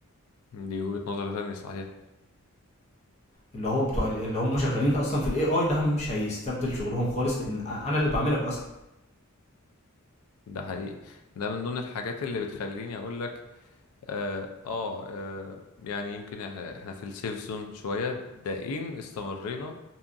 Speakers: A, on the left; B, on the left.
A: دي وجهه نظر تانية صحيح
B: اللي هو بتوع ال- اللي هم شغالين اصلا في الاي اي ده مش هيستبدل شغلهم خالص لان أ- انا اللي بعملك اصلا
A: ده حقيقي ده من ضمن الحاجات اللي بتخليني اقول لك اه آه، آه، يعني يمكن احنا في السيف زون شويه ده ان استمرينا